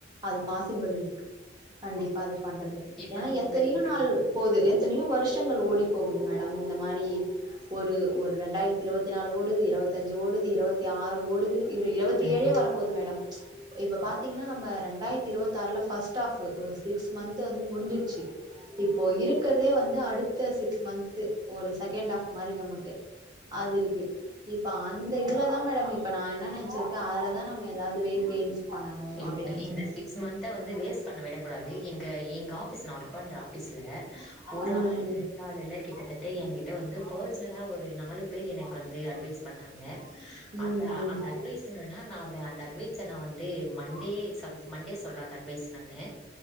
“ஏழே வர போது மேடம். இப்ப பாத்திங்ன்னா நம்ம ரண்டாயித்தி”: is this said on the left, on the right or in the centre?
Right